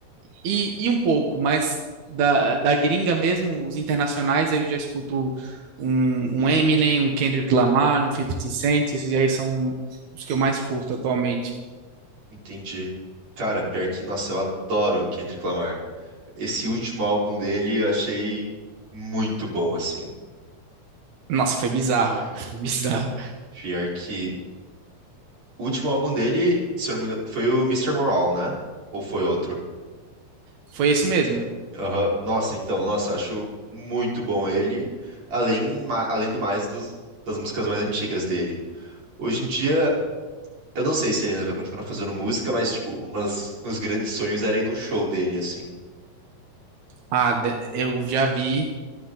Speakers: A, on the right; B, on the right.
A: e, e um pouco, mas da, da gringa mesmo, os internacionais, aí eu já escuto um, um Eminem, um Kendrick Lamar, um Fifty Cent, esses aí são os que eu mais curto atualmente.
B: Entendi. Cara, pior que, nossa, eu adoro Kendrick Lamar. Esse último álbum dele eu achei muito bom, assim.
A: Nossa, foi bizarro, <laughs> foi bizarro.
B: Pior que. O último álbum dele, se eu não me engano, foi o Mister Moral, né? Ou foi outro?
A: Foi esse mesmo.
B: Aham. Nossa, então, nossa, eu acho muito bom ele. Além, ma- além do mais dos- das músicas mais antigas dele. Hoje em dia, eu não sei se ele ainda vai continuar fazendo música, mas, tipo, umas, meus grandes sonhos era ir num show dele, assim.
A: Ah, de- eu já vi.